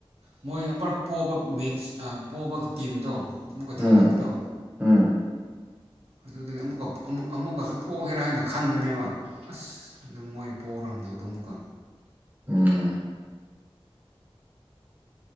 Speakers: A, on the right; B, on the right.
A: ꯃꯣꯏ ꯑꯃꯛ ꯄꯣꯕ ꯃꯦꯠꯆ ꯄꯣꯕꯒꯤ ꯇꯤꯝꯗꯣ ꯑꯃꯨꯛꯀ ꯊꯦꯡꯅꯕꯗꯣ
B: ꯎꯝ ꯎꯝ
A: ꯑꯗꯨꯗꯨꯗꯤꯨ ꯑꯃꯨꯛꯀꯁꯨ ꯄꯣꯛꯒꯦꯔꯥ ꯍꯥꯏꯅ ꯈꯟꯕꯅꯦꯕ ꯑꯁ ꯑꯗꯨ ꯃꯣꯏ ꯄꯣꯛꯎꯔꯝꯗ ꯌꯥꯗ ꯑꯃꯨꯀꯣ
B: ꯎꯝ